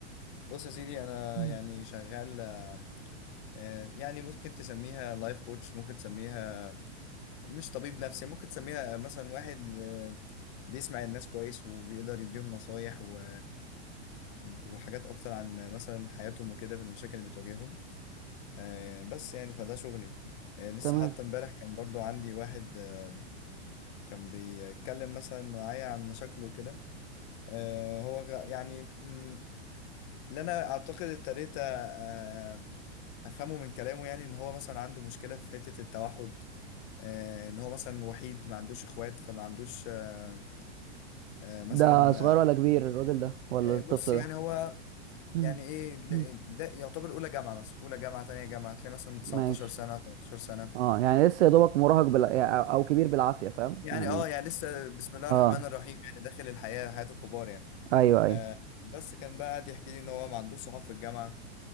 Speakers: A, on the left; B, on the right.
A: بص يا سيدي انا
B: مم.
A: يعني شغال آه آه، يعني ممكن تسميها لايف كوتش ممكن تسميها مش طبيب نفسي ممكن تسميها مثلا واحد آه بيسمع الناس كويس وبيقدر يديهم نصايح و وحاجات أكتر عن مثلا حياتهم وكده في المشاكل اللي بتواجههم آه، بس يعني فده شغلي آه، لسه
B: تمام
A: حتى امبارح كان برضو عندي واحد آه، كان بيتكلم مثلا معايا عن مشاكله وكده آه، هو غ- يعني مم، اللي أنا أعتقد ابتديت آه، آه، أفهمه من كلامه يعني إن هو مثلا عنده مشكلة في حتة التوحد آه، إن هو مثلا وحيد ما عندوش إخوات فما عندوش آه، آه، مثلا
B: ده صغير ولا كبير الراجل ده ولا
A: آه،
B: الطفل
A: بص يعني
B: ده
A: هو
B: مم.
A: يعني ايه ل-
B: مم.
A: ده يعتبر اولى جامعه مثلا اولى جامعه تانية جامعه هتلاقي مثلا 19
B: ماشي
A: سنه 13 سنه
B: اه يعني لسه يا دوبك مراهق بلا... يعني او أو كبير بالعافيه فاهم
A: يعني
B: يعني
A: اه يعني لسه بسم الله
B: اه
A: الرحمن الرحيم يعني داخل الحياه حياه الكبار يعني
B: ايوه ايوه
A: آه بس كان بقى قاعد يحكي لي ان هو ما عندوش صحاب في الجامعه